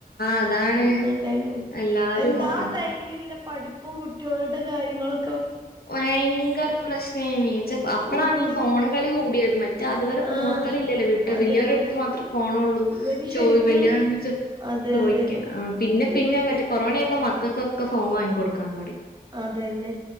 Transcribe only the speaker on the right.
അന്ന്ണ്ടായിര്ന്ന്
എന്താ
ടൈമിൽല്ല പഠിപ്പും കുട്ടികളുടെ കാര്യങ്ങളൊ
ഉം
ആഹ്
അതെ
അതെ
ഇവര് ശരിക്ക്
അതെ
അതെ
ഇവര്
അതെന്നെ